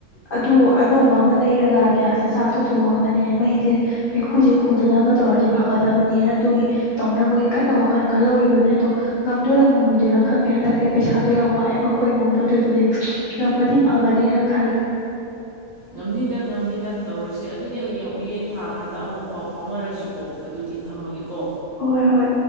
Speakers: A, on the left; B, on the right.
A: ꯑꯗꯨ ꯑꯅꯧꯕ ꯑꯃ ꯂꯩꯔꯒ ꯒ꯭ꯌꯥꯁꯇ ꯆꯥꯛꯇꯣ ꯊꯣꯡꯉꯒꯅꯦ ꯃꯩꯁꯦ ꯃꯩꯈꯨꯁꯦ ꯈꯨꯗꯅꯕ ꯇꯧꯔꯗꯤ ꯐꯒꯗꯕꯅꯦꯅ ꯑꯗꯨꯒꯤ ꯇꯧꯅꯕꯒꯤ ꯀꯟꯅ ꯋꯥꯈꯜ ꯈꯜꯍꯧꯔꯤꯕꯅꯤ ꯑꯗꯣ ꯉꯝꯗꯣꯏꯔꯥ ꯉꯝꯃꯣꯏꯗꯣꯏꯔꯥ ꯈꯪꯗꯦ ꯍꯟꯗꯛꯁꯦ ꯄꯩꯁꯥꯗꯣ ꯌꯥꯝ ꯋꯥꯑꯦꯕ ꯑꯩꯈꯣꯏ ꯏꯃꯨꯡꯗꯣ ꯑꯗꯨꯗꯨꯒꯤ ꯉꯃꯗꯤ ꯐꯒꯅꯦꯅ ꯈꯜꯂꯦ
B: ꯉꯝꯅꯤꯗ ꯉꯝꯅꯤꯗ ꯇꯧꯔꯁꯤ ꯑꯗꯨꯗꯤ ꯍꯌꯦꯡ ꯎꯌꯦꯟ ꯊꯥꯀꯥꯟꯗ ꯑꯃꯨꯛ ꯄꯥꯎ ꯐꯥꯎꯅꯔꯁꯤꯀꯣ ꯑꯗꯨꯗꯤ ꯊꯝꯃꯒꯦꯀꯣ
A: ꯍꯣꯏ ꯍꯣꯏ